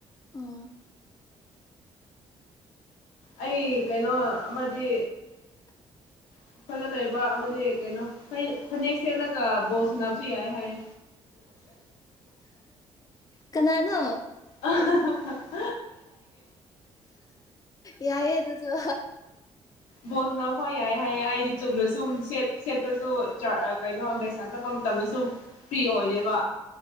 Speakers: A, on the left; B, on the left.
A: ꯑꯣ
B: ꯑꯩ ꯀꯩꯅꯣ ꯑꯃꯗꯤ
A: <inaudible>
B: ꯑꯩꯈꯣꯏꯗ ꯂꯩꯕ ꯑꯃꯗꯤ ꯀꯩꯅꯣ ꯐꯅꯦꯛ ꯁꯦꯠꯂꯒ ꯕꯣꯁ ꯁꯅꯕꯁꯨ ꯌꯥꯏ ꯍꯥꯏꯌꯦ
A: ꯀꯅꯥꯅꯣ
B: ꯑ
A: ꯌꯥ ꯌꯥ ꯇ ꯇ
B: ꯕꯣꯜꯁꯅ ꯍꯣꯏ ꯌꯥꯏ ꯍꯥꯏꯌꯦ ꯑꯩꯗꯤ ꯆꯨꯝꯂ ꯁ ꯁꯦꯠꯄꯁꯨ ꯀꯩꯅꯣ ꯂꯩꯁꯥꯡ ꯆꯠꯐꯝ ꯃꯇꯝꯗꯁꯨ ꯐ꯭ꯔꯤ ꯑꯣꯏꯗꯦꯕ